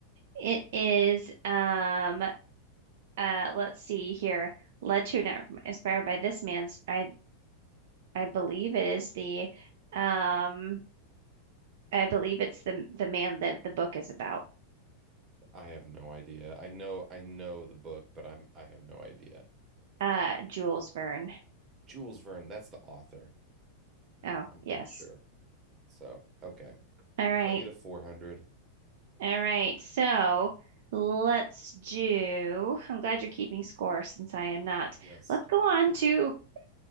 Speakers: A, on the right (about 55°); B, on the right (about 25°).
A: It is um Uh, let's see here. Led to and inspired by this man's. I I believe it is the. Um, I believe it's the the man that the book is about.
B: I have no idea. I know I know the book, but I'm I have no idea.
A: Uh, Jules Verne.
B: Jules Verne, that's the author.
A: Oh,
B: I'm pretty
A: yes.
B: sure. So, okay.
A: All right.
B: Negative 400.
A: All right. So let's do. I'm glad you're keeping score since I am not.
B: Yes.
A: Let's go on to